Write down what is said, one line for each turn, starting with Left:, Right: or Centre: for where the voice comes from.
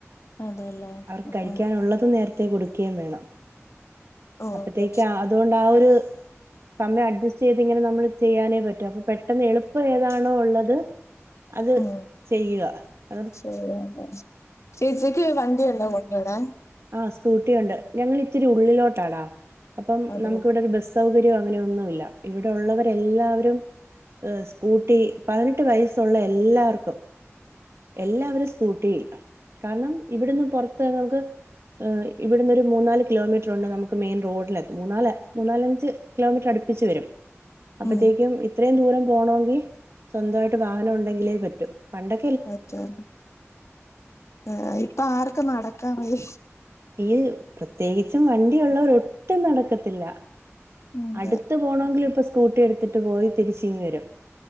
Left: അതേല്ലേ.
Right: അവർക്ക്
Left: ആഹ്
Right: കഴിക്കാനുള്ളത് നേരത്തെ നേരത്തെ കൊടുക്കുകയും വേണം
Left: ഓഹ്
Right: അപ്പത്തേക്ക്
Left: ശരി
Right: അതുകൊണ്ട് ആഹ് ഒരു സമയം അഡ്ജസ്റ്റ് ചെയ്തിങ്ങനെ നമ്മള് ചെയ്യാനേ പറ്റും അപ്പൊ പെട്ടെന്ന് എളു എളുപ്പം ഏതാണോ ഉള്ളത് അത്
Left: ഉം
Right: ചെയ്യുക അഹ്
Left: ശരി അതെ. ചേച്ചിക്ക് വണ്ടി ഉണ്ടോ കൊണ്ട്ടാൻ
Right: ആഹ് സ്കൂട്ടിയുണ്ട് ഞങ്ങൾ ഇച്ചിരി ഉള്ളിലോട്ടാടാ അപ്പം
Left: അതെ
Right: നമുക്ക്‌വിടെ ഒരു ബസ് സൗകര്യം അങ്ങനെയൊന്നുല്ല ഇവിടെ ഉള്ളവര് എല്ലാവരും ഏഹ് സ്കൂട്ടി പതിനെട്ട് വയസ്സുള്ള എല്ലാവർക്കും എല്ലാവരും സ്കൂട്ടി കാരണം ഇവിടന്ന് പുറത്ത് നമുക്ക് ഏഹ് ഇവിടുന്ന് ഒരു മൂന്നാല് കിലോ മീറ്റർ ഉണ്ട് നമുക്ക് മെയിൻ റോഡിലെത്താൻ മൂന്നാല് മൂന്നാലഞ്ച് കിലോമീറ്റർ അടുപ്പിച്ചു വരും. അപ്പത്തേക്കും
Left: ഉം
Right: ഇത്രയും ദൂരം പോണങ്കി സ്വന്തായിട്ട് വാഹനം ഉണ്ടെങ്കിലേ പറ്റും പണ്ടൊ
Left: അറ്റാർ ഏഹ് ഇപ്പൊ ആർക്കും നടക്കാ വയെ
Right: ഈഹ് പ്രത്യേകിച്ച് വണ്ടിയുള്ളവരൊട്ടും നടക്കത്തില്ല
Left: അതെ
Right: അടു അടുത്ത് പോണോങ്കില് ഇപ്പൊ സ്കൂട്ടി എടുത്തിട്ട് പോയി തിരിച്ചിങ്ങി വരും